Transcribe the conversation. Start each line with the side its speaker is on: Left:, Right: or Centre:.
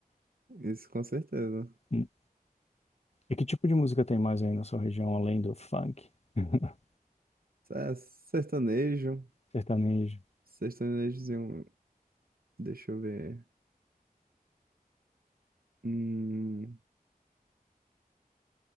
Right: Isso com certeza.
Left: Hum. E que tipo de música tem mais aí na sua região, além do funk, <laughs>
Right: É, sertanejo.
Left: sertanejo?
Right: Sertanejozinho. Deixa eu ver. Hum,